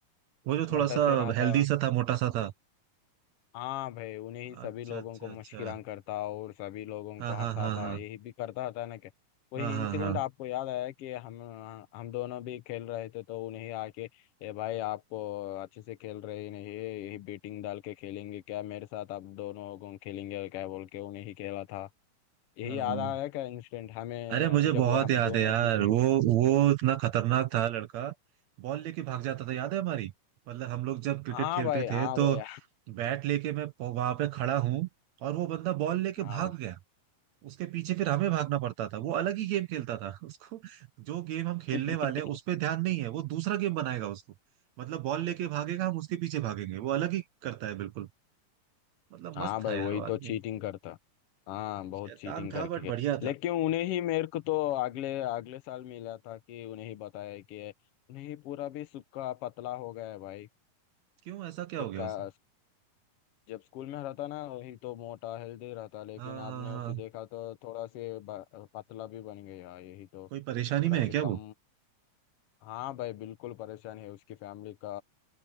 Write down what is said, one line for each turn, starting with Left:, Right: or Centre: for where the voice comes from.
Right: वो जो
Left: मोटा
Right: थोड़ा सा
Left: से रहा
Right: हेल्दी
Left: था
Right: सा था मोटा सा था
Left: हाँ भाई उन्हें ही सभी
Right: अच्छा
Left: लोगों
Right: अच्छा
Left: को मुस्कुरान
Right: अच्छा
Left: करता और सभी लोगों
Right: हाँ
Left: को
Right: हाँ
Left: हंसाता
Right: हाँ हाँ
Left: यही भी करता था ना क्या वही
Right: हाँ
Left: इंसिडेंट
Right: हाँ
Left: आपको याद आया कि हम हम दोनों भी खेल रहे थे तो उन्हें आके ए भाई आपको अच्छे से खेल रहे ही नहीं यही बेटिंग डाल के खेलेंगे क्या मेरे साथ आप दोनों लोगों खेलेंगे क्या बोल के उन्हें ही खेला था यही
Right: हाँ हाँ,
Left: याद
Right: हाँ।
Left: आया क्या इंसिडेंट हमें
Right: अरे मुझे
Left: जब
Right: बहुत
Left: हम
Right: याद
Left: दोनों
Right: है यार
Left: जीते
Right: वो वो इतना खतरनाक था लड़का बॉल लेके भाग जाता था याद है हमारी मतलब हम लोग जब क्रिकेट
Left: हाँ
Right: खेलते
Left: भाई हाँ
Right: थे तो
Left: भाई
Right: बैट लेके मैं वहां पे खड़ा हूँ और वो बंदा बॉल लेके
Left: हाँ
Right: भाग गया उसके पीछे फिर हमें भागना पड़ता था वो अलग ही गेम खेलता था <laughs> उसको जो गेम हम खेलने
Left: भाई
Right: वाले हैं उस
Left: <laughs>
Right: पे ध्यान नहीं है वो दूसरा गेम बनाएगा उसको मतलब बॉल लेके भागेगा हम उसके पीछे भागेंगे वो अलग ही करता है बिल्कुल मतलब
Left: हाँ
Right: मस्त
Left: भाई
Right: था यार
Left: वही
Right: वो आदमी
Left: तो चीटिंग करता हाँ बहुत
Right: शैतान
Left: चीटिंग
Right: था
Left: करके
Right: बट
Left: गए
Right: बढ़िया
Left: लेकिन
Right: था
Left: उन्हें ही मेरे को तो अगले अगले साल मिला था कि उन्हें ही बताया कि उन्हें ही पूरा भी सुक्का पतला हो गया है भाई
Right: क्यों ऐसा क्या
Left: जब
Right: हो गया
Left: का
Right: उसे
Left: जब स्कूल में रहता ना वही तो मोटा हेल्दी रहता लेकिन
Right: हाँ
Left: आपने
Right: हाँ हाँ
Left: उसे देखा तो थोड़ा से ब- पतला भी बन गया यही तो
Right: कोई
Left: थोड़ा
Right: परेशानी में है
Left: से
Right: क्या
Left: कम
Right: वो
Left: हाँ भाई बिल्कुल परेशान है उसकी फैमिली का